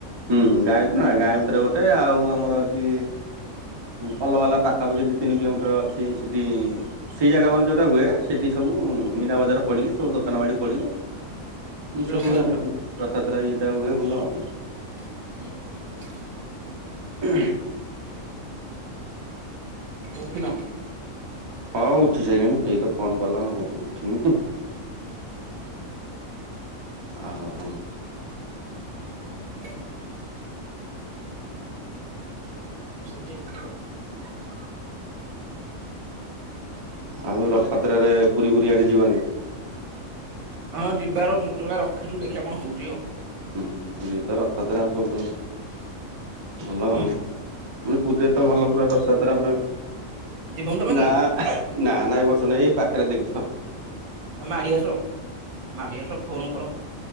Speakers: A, on the right; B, on the right.
A: ହୁଁ ଗାଁ ଭିତରେ ନା ଗାଁ ଭିତରେ ଗୋଟେ ଆଉ ଆମର ଏଠି ଭଲ ବାଲା ପାଖାପାଖି ଦି ତିନି କିଲୋମିଟର ଅଛି ସେଠି ସେଇ ଜାଗା ମାନେ ଯୋଉଟା ହୁଏ ସେଠି ସବୁ ମୀନା ବଜାର ପଡିକି ସବୁ ଦୋକାନ ବାଡି ପଡିକି
B: ହୁଁ
A: ସବୁ
B: ରଥଯାତ୍ରାକୁ
A: ରଥଯାତ୍ରା ଇଏଟା ହୁଏ ଭଲ ଆଉ
B: <inaudible>
A: ଉହୁଁ
B: ଉଠିନ
A: ହଉ ଉଠି ସାରିଲିଣି ହେଇ ତ ଫୋନ କଲ ଆଉ ଉଠିନି ଆଉ
B: ହଉ ସେମତି
A: <inaudible> ଆଉ
B: ଆହୁରି
A: ରଥଯାତ୍ରରେ
B: ପାଞ୍ଚ
A: ପୁରୀ ଫୁରୀ ଆଡେ ଯିବନି?
B: ହଁ ଯିବାର ଯୋଜନା ରଖିଛୁ ଦେଖିବା କଣ ହଉଛି ଆଉ
A: ହୁଁ ହୁଁ ପୁରଏ ତ ରଥାତ୍ରା ସବୁଠୁ ଭଲ
B: ଉଁ
A: ଆଉ ମାନେ ପୁରୀରେ ତ ଭଲ ପୁରା ରଥଯାତ୍ରା ପୁରା
B: ଆ ଜୀବନନ୍ଦମା
A: ନା
B: କି
A: ନା ନାଇଁ ବର୍ଛନ ଏଇ ପାଖରେ ଦେଖିଦ
B: ଆ ମାଡିଆସ ମାଡିଆସ ଫୋନ କର